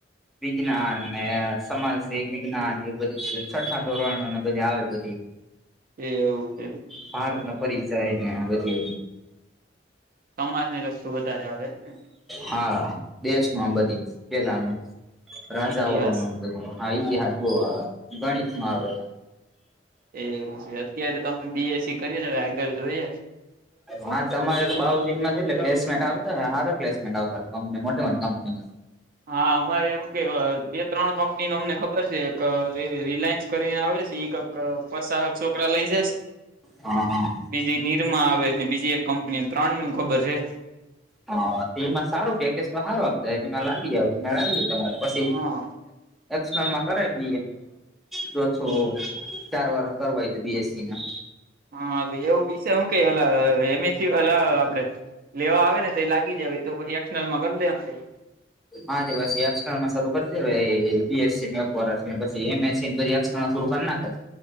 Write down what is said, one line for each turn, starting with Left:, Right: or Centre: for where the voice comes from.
Centre: વિજ્ઞાન ને સમાજ વિજ્ઞાન એ બધ છઠ્ઠા ધોરણો ને બધી આવે બધી.
Right: એ એવું છે એમ.
Centre: ભારત ન પરિચય ને આ બધ.
Right: સમાજને લગતું વધારે આવે એમને
Centre: હા. દેશ ન આ બધી પેલા ન રાજાઓ
Right: ઇતિહાસ
Centre: ન બધું. હા ઇતિહાસ બહ આવે ગણિત નમાં આવે.
Right: એવું છે અત્યારે તમમે બી એસ સી કરીએ છેવે આગળ જોઈએ.
Centre: હા તમારે તો બાવ દિનમાં જ એટલે પ્લેસમેન્ટ આવતા સાર પ્લેસમેન્ટ આવતા કંપની મોટી મોટી કંપનીમાં.
Right: <inaudible> હા અમારે એવું કે બે ત્રણ કંપની ન અમને ખબર છે એક રિલાયન્સ કરીને આવે છે એક પસા હક છોકરા લઇ જઈશ.
Centre: હા હા.
Right: બીજી નિનીરમા આવે ને બીજી એક કંપની ત્રણ નું ખબર છે.
Centre: હા તેમાં સારું પેકેજ તો સારું આપતામાં લાગી લાવી તમારે પછી.
Right: હા
Centre: એક્સનલ માં કરે દ જો છું. ચાર વાર કરવાય તો બી એસ સી ના.
Right: હા એવું બી છે હું કઈ એમ એ સી હલા આપડે લેવા આવે ને તો એ જાય તો પછી કરી દે ખાઈ.
Centre: હા પછી એક્લમાં શરૂ કરતી બી એસ સી પ એમ એસ સીધ ું નાાય. <unintelligible>